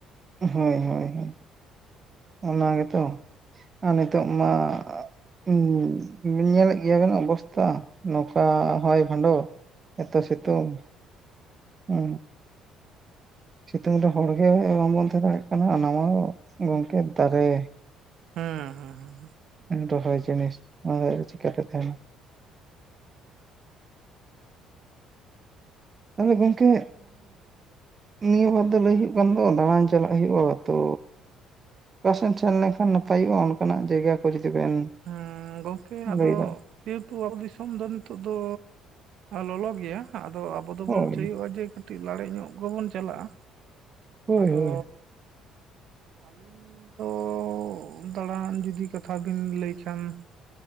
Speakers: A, on the right; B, on the right.
A: ᱦᱳᱭ ᱦᱳᱭ ᱚᱱᱟ ᱜᱮᱛᱚ ᱟᱨ ᱱᱤᱛᱚᱜ ᱢᱟ ᱦᱩ ᱧᱮᱞᱮᱫ ᱜᱮᱭᱟ ᱵᱮᱱ ᱚᱵᱚᱥᱛᱛᱟ ᱱᱚᱝᱠᱟ ᱦᱚᱭ ᱵᱷᱟᱱᱰᱚ ᱮᱛᱚ ᱥᱮᱛᱳᱝ ᱦᱩ ᱥᱤᱛᱩᱝ ᱨᱮ ᱦᱚᱲ ᱜᱮ ᱵᱟᱝᱵᱚᱱ ᱛᱟᱦᱮᱸ ᱫᱟᱲᱭᱟᱜ ᱠᱟᱱᱟ ᱚᱱᱟ ᱢᱟ ᱜᱚᱝᱠᱮ ᱫᱟᱨᱮ
B: ᱦᱮᱸ ᱦᱮᱸ ᱦᱮᱸ
A: ᱨᱚᱦ ᱡᱤᱱᱤᱥ ᱚᱱᱟ ᱪᱮᱠᱟᱛᱮ ᱛᱟᱦᱮᱱᱟ ᱛᱟᱦᱚᱞᱮ ᱜᱚᱢᱠᱮ ᱱᱤᱭᱟᱹ ᱵᱟᱨ ᱫᱚ ᱞᱟᱹᱭ ᱦᱳᱜ ᱠᱟᱱ ᱫᱚ ᱫᱟᱬᱟᱱ ᱪᱟᱞᱟᱜ ᱦᱳᱭᱳ-ᱟ ᱛᱚ ᱚᱠᱟᱥᱮᱱ ᱥᱮᱱ ᱞᱮᱱᱠᱷᱟᱱ ᱱᱟᱯᱟᱭᱚᱜ-ᱟ ᱚᱱᱠᱟᱱᱟᱜ ᱡᱟᱭᱜᱟ ᱠᱚ ᱡᱩᱫᱤ ᱵᱮᱱ
B: ᱦᱮᱸ ᱜᱚᱝᱠᱮ ᱟᱫᱚ
A: ᱞᱟᱹᱭᱫᱟ
B: ᱡᱮᱦᱮᱛᱩ ᱟᱵᱚ ᱫᱤᱥᱚᱢ ᱫᱚ ᱱᱤᱛᱚᱜ ᱫᱚ ᱞᱚᱞᱚ ᱜᱮᱭᱟ ᱟᱫᱚ ᱟᱵᱚ ᱫᱚᱵᱚᱱ
A: ᱦᱳᱭ
B: ᱪᱟᱹᱭᱚᱜ-ᱟ ᱡᱮ ᱠᱟᱹᱴᱤᱡ ᱞᱟᱲᱮᱡ ᱧᱚᱜ ᱜᱮᱵᱚᱱ ᱪᱟᱞᱟᱜ-ᱟ
A: ᱦᱳᱭ
B: ᱟᱫᱚ
A: ᱦᱳᱭ
B: ᱟᱹᱞᱤᱧ ᱫᱚ ᱫᱟᱬᱟᱱ ᱡᱩᱫᱤ ᱠᱟᱛᱷᱟ ᱵᱤᱱ ᱞᱟᱹᱭ ᱮᱱᱠᱷᱟᱱ